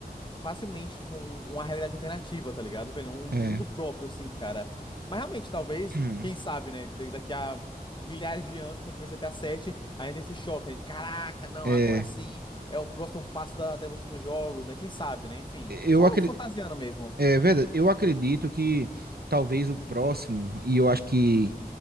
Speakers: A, on the left (about 30°); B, on the right (about 80°).
A: facilmente, tipo, um- uma realidade alternativa, tá ligado, velho? Um, um mundo
B: É.
A: próprio, assim, cara. Mas realmente, talvez,
B: Hum,
A: quem sabe, né? da- Daqui a milhares de anos, quando tiver G T a 7 ainda tem esse choque, né? De caraca, não,
B: É.
A: agora sim é o próximo passo da, da evolução dos jogos, né? Quem sabe, né? Enfim,
B: Eu
A: só
B: acredito.
A: fantasiando mesmo.
B: É verdade. Eu acredito que talvez o próximo, e eu acho que